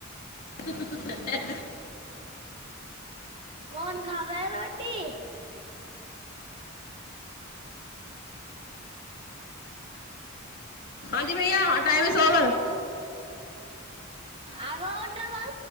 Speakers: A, on the left (about 45°); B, on the right (about 25°).
A: <unintelligible> <unintelligible> ह
B: कौन खावे है रोटी
A: जी भैय टाइम इस ओवर
B: आग ओट ब